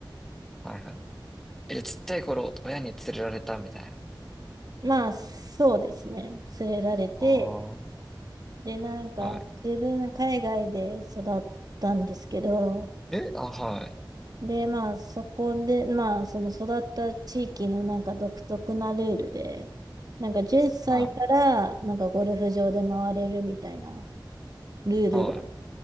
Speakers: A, in the centre; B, on the right.
A: はいはい。え、ちっちゃい頃、親に連れられたみたいな。
B: まあ、そうですね。連れられて、
A: ああ。
B: で、なんか自分海外で育ったんですけど、
A: はい。え、あ、はい。
B: で、まあ、そこで、まあ、その育った地域のなんか独特なルールで、なんか10歳からなんかゴルフ場で回れるみたいな
A: はい。
B: ルールが
A: は